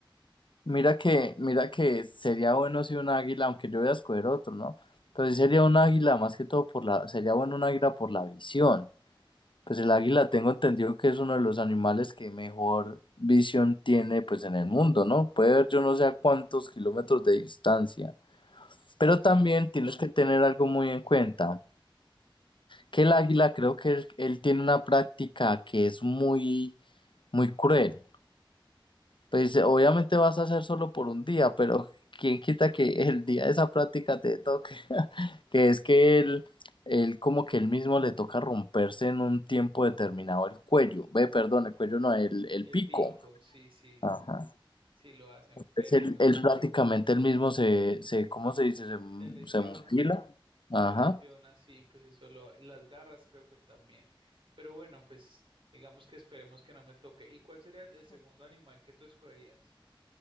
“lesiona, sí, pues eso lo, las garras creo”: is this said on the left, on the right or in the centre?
Right